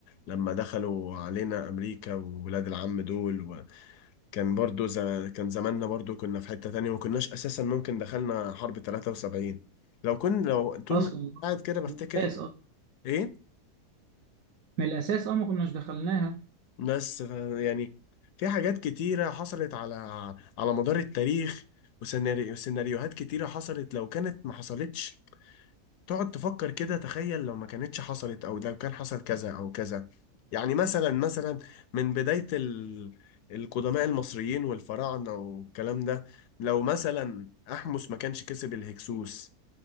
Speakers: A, on the left; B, on the right.
A: لما دخلوا علينا أمريكا وولاد العم دول كان برضو ز... كان زماننا برضو كنا في حتة تانية وكناش أساسا ممكن دخلنا حرب 73 لو كن لو طول
B: اصلا
A: ما قاعد كده بفتكر
B: من الاساس اصلا
A: إيه
B: من الاساس اه ما كناش دخلناها
A: بس ف- يعني في حاجات كتيرة حصلت على على مدار التاريخ وسيناريو- وسيناريوهات كتيرة حصلت لو كانت ما حصلتش تقعد تفكر كده تخيل لو ما كانتش حصلت او لو كان حصل كذا او كذا يعني مثلا مثلا من بداية ال... القدماء المصريين والفراعنة والكلام ده لو مثلا أحمس ما كانش كسب الهكسوس